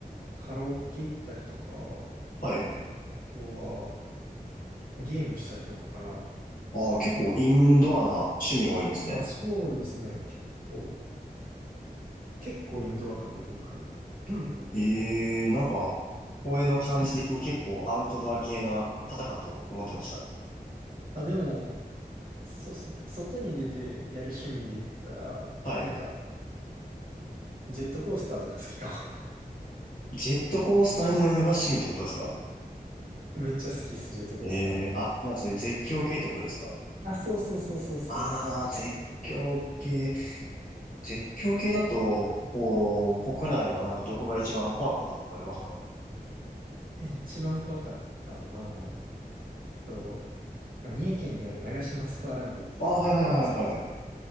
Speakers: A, on the right; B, on the left.
A: カラオケ行ったりとか、
B: はい。
A: あとは、ゲームしたりとかかな。
B: ああ、結構インドアな趣味が多いんですね。
A: あ、そうですね。結構、結構インドアかも、僕。<clears throat> う
B: ええ、なんか、公園の感じ的に結構アウトドア系な方かと思ってました。
A: んあ、でも、そうっすね。外に出てやる趣味で言ったら、
B: はい。
A: なんか、ジェットコースターとか好きか
B: ジェットコースターに乗るのが趣味ってことですか
A: も。<laughs> めっちゃ好きっす、ジェットコースター。
B: ええあ、なんかそういう絶叫系ってことですか
A: あ、そうそうそうそうそう。
B: ああー、絶叫系。絶叫系だと、こう、国内はなんかどこが一番怖かったとかありますか
A: え一番怖かったのは、と、三重県にある長島スパーランドっていうのがあるんですけど、
B: あー、はいはいはいはい。